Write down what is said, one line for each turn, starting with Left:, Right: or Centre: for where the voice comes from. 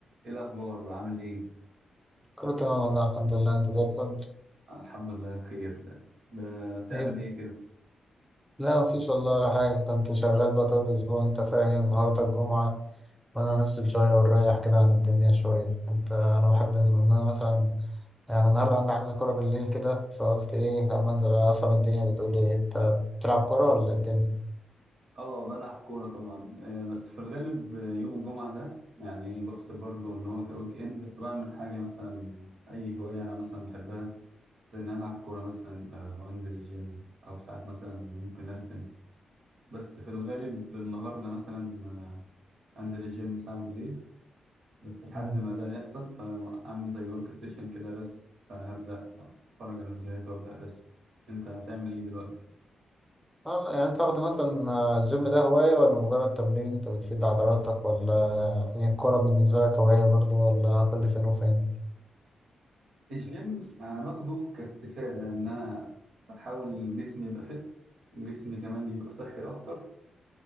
Right: ايه الاخبار عامل ايه
Centre: كله تمام والله الحمد لله انت زي الفل
Right: الحمد لله بخير ب- بتعمل
Centre: ايه
Right: ايه كده
Centre: لا مفيش والله ولا حاجة كنت شغال بقى طول الأسبوع انت فاهم النهاردة الجمعة وانا نفصل شوية ونريح كده عن الدنيا شوية انت انا بحب ان انا مثلا يعني النهاردة عندي حجز كورة بالليل كده فقلت ايه اما انزل افهم الدنيا بتقول ايه انت بتلعب كورة ولا ايه الدنيا؟
Right: اه بلعب كوره طبعا آه، بس في الغالب آه، يوم الجمعه ده يعني بفصل برضه ان هو ويك اند فبعمل حاجه مثلا اي هوايه انا مثلا بحبها زي ان أنا العب كوره مثلا آه، او انزل الجيم او ساعات مثلا ممكن ارسم بس في الغالب النهارده مثلا آه، انزل الجيم ساعه بالليل بس لحد
Centre: مم.
Right: ما ده يحصل فاعمل زي ورك ستيشن كده رسم فهبدا اتفرج على فيديوهات وابدا ارسم انت هتعمل ايه دلوقتي
Centre: والله يعني انت واخد مثلا آه، الجيم ده هواية ولا مجرد تمرين انت بتفيد عضلاتك ولا هي الكورة بالنسبة لك هواية برضو ولا كل فين وفين؟
Right: الجيم انا باخده كاستفاده ان انا بحاول جسمي يبقى فت جسمي كمان يبقى صحي اكتر